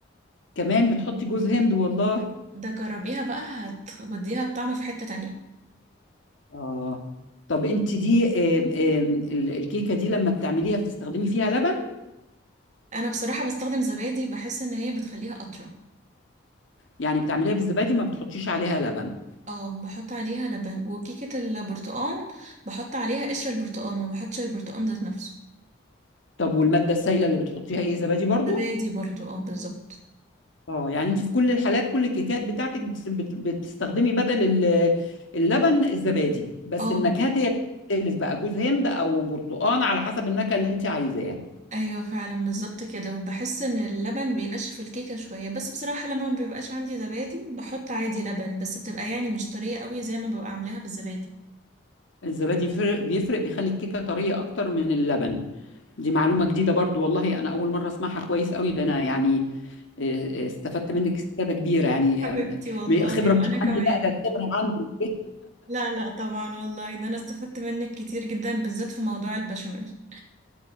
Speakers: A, on the left; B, on the right.
A: كمان بتحطي جوز هند والله
B: ده جربيها بقى هتوديها الطعم في حتة تانية
A: اه طب انت دي آم، آم، ال- الكيكه دي لما بتعمليها بتستخدمي فيها لبن
B: أنا بصراحة بستخدم زبادي بحس إن هي بتخليها أطرى
A: يعني بتعمليها بالزبادي ما بتحطيش عليها لبن
B: اه بحط عليها لبن وكيكة البرتقال بحط عليها قشر البرتقال ما بحطش البرتقال ذات نفسه
A: طب والمادة السائلة اللي بتحطيها ايه زبادي برضو
B: زبادي برضو اه بالظبط
A: اه يعني انت في كل الحالات كل الكيكات بتاعتك بتس- بت- بتستخدمي بدل ال- اللبن الزبادي بس
B: اه
A: النكهات هي بتختلف بقى جوز هند او برتقان على حسب النكهة اللي انت عايزاها
B: ايوه فعلا بالظبط كده وبحس ان اللبن بينشف الكيكه شويه بس بصراحه لما ما بيبقاش عندي زبادي بحط عادي لبن بس بتبقى يعني مش طريه قوي زي ما ببقى عاملاها بالزبادي
A: الزبادي يفرق- بيفرق بيخلي الكيكة طرية اكتر من اللبن دي معلومة جديدة برضو والله أنا أول مرة أسمعها كويس قوي ده أنا يعني آه، آه، استفدت منك استفادة كبيرة يعني
B: حبيبتي
A: آه،
B: والله
A: م- الخبرة مش
B: وانا كمان
A: عندي لا ده الخبرة عندي
B: لا لا طبعا والله ده انا استفدت منك كتير جدا بالذات في موضوع البشاميل